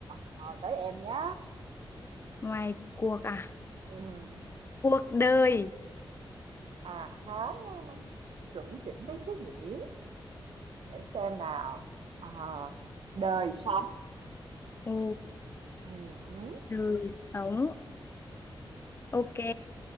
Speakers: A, on the right; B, on the left.
A: Rồi, tới em nhé.
B: Ngoài cuộc à?
A: Ừm,
B: Cuộc đời.
A: À há, chuẩn chỉnh đấy chứ nhỉ? Để xem nào. À, đời sống.
B: Ồ,
A: Ừm, hứ.
B: đời sống. Ok.